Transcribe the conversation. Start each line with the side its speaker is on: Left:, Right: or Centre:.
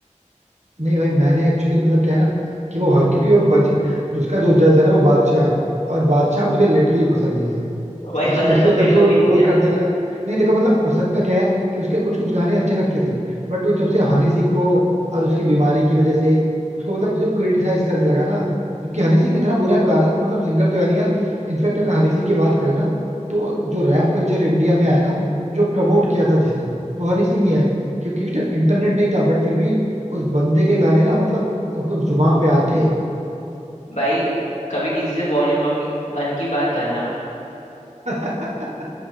Right: नहीं भाई मैंने एक्चुअली मतलब क्या है ना कि वो हाँ क्योंकि वो बज उसका जो जज है ना वो बादशाह है और बादशाह मुझे लिटरली पसंद नहीं है
Left: भाई
Right: स्पेशली
Left: पसंद तो मेरे
Right: जब से
Left: को
Right: वो
Left: भी
Right: ट्रोल
Left: नहीं है
Right: करने लगा नहीं देखो मतलब पसंद का क्या है कि उसके कुछ कुछ गाने अच्छे लगते थे बट वो जब से हनी सिंह को और उसकी बीमारी की वजह से उसको मतलब जो क्रिटिसाइज करने लगा ना क्योंकि हनी सिंह इतना बुरा गाना तो मतलब सिंगर तो है नहीं यार इनफेक्ट अगर हनी सिंह की बात करें ना तो जो रैप कल्चर इंडिया में आया ना जो प्रमोट किया था जिसने वो हनी सिंह ही है क्योंकि उस टाइम इंटरनेट नहीं था बट फिर भी उस बंदे के गाने ना मतलब सबको जुबान पे आते
Left: भाई कभी किसी से वॉल्यूम वन की बात करना
Right: <laughs>